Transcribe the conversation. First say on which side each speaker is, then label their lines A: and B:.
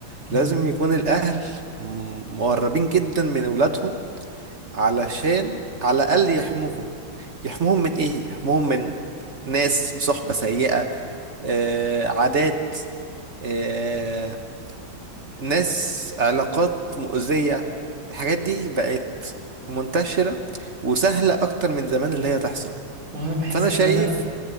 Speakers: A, on the right (about 75°); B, on the right (about 40°).
A: مهم.
B: لازم يكون الاهل م- مقربين جدا من اولادهم علشان على الاقل يحموهم يحموهم من ايه يحموهم من ناس صحبة سيئة آه، عادات آه، ناس علاقات مؤذية الحاجات دي بقت منتشرة وسهلة أكتر من زمان اللي هي تحصل
A: وانا بحس
B: فأنا شايف
A: ان انا